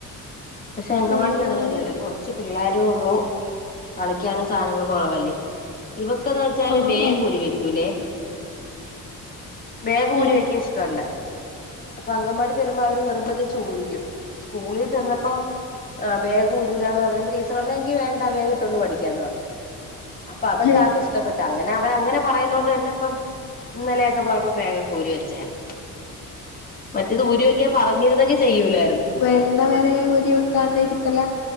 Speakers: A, on the left; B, on the left.
A: പക്ഷെ അംഗവാടിയിൽ
B: ആഹ്
A: അങ്ങനല്ലല്ലോ
B: ആഹ് അങ്ങനെ
A: കോർച്ച് പിള്ളേര് രെ ഒള്ളു. കളിക്കാനും സാധനങ്ങൾ കുറവല്ലേ. ഇവക്ക് അത് ചാല്
B: ആഹ്
A: ബേഗ്‌
B: ആഹ്
A: ഊരി വെക്കൂലേ ബേഗ്‌ ഊരി
B: ഏഹ്
A: വെക്കാൻ ഇഷ്ട്ടല്ല അപ്പോ അംഗൻവാടി ചെല്ലുമ്പോ അവര് നിർബന്ധിച്ഛ് ഊരിക്കും. സ്കൂളിൽ ചെന്നപ്പം ആ ബേഗ്‌ ഊരൂല ന്ന് പറഞ്ഞപ്പോ ടീച്ചറർഞ്ഞു എങ്കിൽ വേണ്ട ബേഗ്‌ ഇട്ടോണ്ട് പഠിക്കാം ന്ന് പറഞ്ഞു അപ്പോ അതൊക്കെ
B: ഏഹ്
A: ആൾക്ക് ഇഷ്ട്ട പെട്ട് അങ്ങനെ അവർ അങ്ങനെ പറയുന്നത് കൊണ്ട്ന്നെ പ്പം ഇന്നലെ ഒക്കെ പോയപ്പോൾ പേന ഒക്കെ ഊരി വച്ചായിരുന്നു മറ്റേത് ഊരി വെക്കാൻ പറ അങ്ങനെ തന്നെ ചെയ്യൂലാ
B: വര്ന്നവരെ ഊരി വെക്കാണ്ടെ ഇരിക്കല